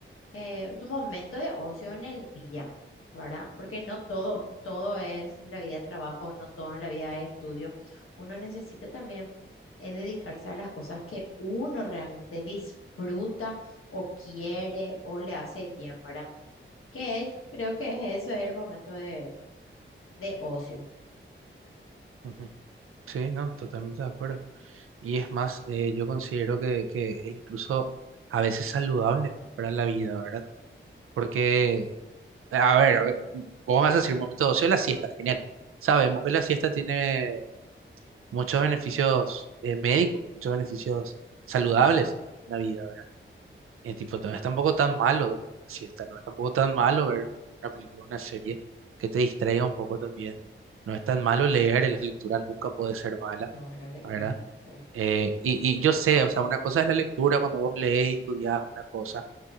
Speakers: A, on the left; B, on the right.
A: eh, tu momento de ocio en el día, ¿verdad? Porque no todo, todo es en la vida de trabajo, no todo en la vida de estudio. Uno necesita también eh, dedicarse a las cosas que uno realmente disfruta o quiere o le hace bien, ¿verdad? Que es- creo que es eso es el momento de, de ocio.
B: ujú. Sí, no, totalmente de acuerdo. Y es más, eh, yo considero que, que es incluso a veces saludable para la vida, ¿verdad? Porque, a ver, a ver, vos me vas a decir un momento de ocio, la siesta, genial. Sabemos que la siesta tiene muchos beneficios eh, médicos, muchos beneficios saludables en la vida. Eh, tipo, no es tampoco tan malo dormir una siesta, no es tampoco tan malo ver una película, una serie que te distraiga un poco también. No es tan malo leer, la lectura nunca puede ser mala,
A: No, la lectura
B: ¿verdad?
A: es... sí.
B: Eh, y, y yo sé, o sea, una cosa es la lectura cuando vos lees y estudias una cosa,